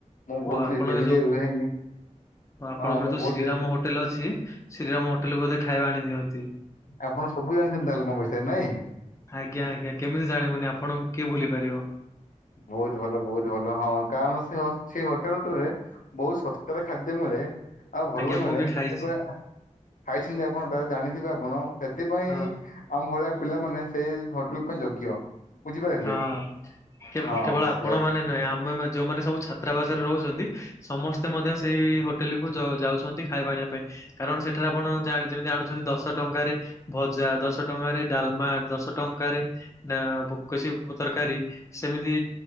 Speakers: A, on the left; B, on the left.
A: ମୁଁ ବହୁତ
B: ଓ ଆପଣଙ୍କ
A: ଡେରି
B: ଯୋଉ
A: ଯାଏ ରୁହେନି ହଁ
B: ଆପଣଙ୍କର
A: ମୁଁ
B: ଯୋଉ
A: ବହୁତ
B: ଶ୍ରୀରାମ
A: ଡେରି
B: ହୋଟେଲ ଅଛି ଶ୍ରୀରାମ ହୋଟେଲରୁ ବୋଧେ ଖାଇବା ଆଣି ଦିଅନ୍ତି।
A: ଆପଣ ସବୁ ଜାଣିଛନ୍ତି ତାହେଲେ ମୋ ବିଷୟରେ ନାଇଁ?
B: ଆଜ୍ଞା ଆଜ୍ଞା କେମିତି ଜାଣିବୁନି ଆପଣଙ୍କୁ କିଏ ଭୁଲି ପାରିବ।
A: ବହୁତ ଭଲ ବହୁତ ଭଲ ହଁ କାରଣ ସେ ଅଛି ହୋଟେଲରେ ବହୁତ ଶସ୍ତାରେ ଖାଦ୍ୟ ମିଳେ। ଆଉ ଭଲ
B: ଆଜ୍ଞା
A: ମିଳେ
B: ମୁଁ ବି
A: ସେଥିପାଇଁ
B: ଖାଇଛି
A: ଖାଇଛନ୍ତି ଆପଣ ତ ଜାଣିଥିବେ ଆପଣ ସେଥିପାଇଁଁ
B: ହଁ
A: ଆମ ଭଳିଆ ପିଲା ମାନେ ସେଇ ହୋଟେଲ ପାଇଁ ଯୋଗ୍ୟ ବୁଝିପାରିଲେ
B: ହଁ
A: ହଁ
B: କେବଳ ଆପଣ
A: ସେଆ
B: ମାନେ ନାଇଁ ଆମେ ଯୋଉମାନେ ସବୁ ଛାତ୍ରାବାସରେ ରହୁଛନ୍ତି ସମସ୍ତେ ମଧ୍ୟ ସେଇ ହୋଟେଲ କୁ ଯାଉଛନ୍ତି ଖାଇବା ଆଣିବା ପାଇଁ କାରଣ ସେଠାରେ ଆପଣ ଯାଣୁ ଯାଣୁଛନ୍ତି ଦଶ ଟଙ୍କାରେ ଭଜା ଦଶ ଟଙ୍କାରେ ଡାଲମା, ଦଶ ଟଙ୍କାରେ ନା <unintelligible> ତରକାରୀ ସେମିତି